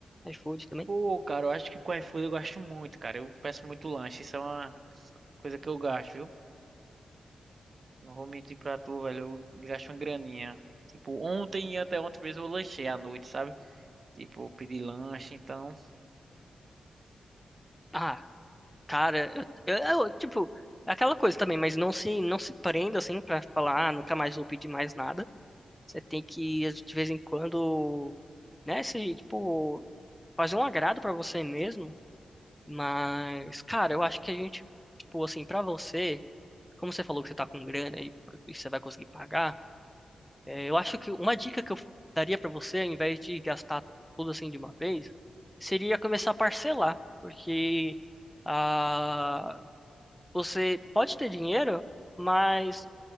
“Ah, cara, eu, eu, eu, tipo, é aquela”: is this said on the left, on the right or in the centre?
Centre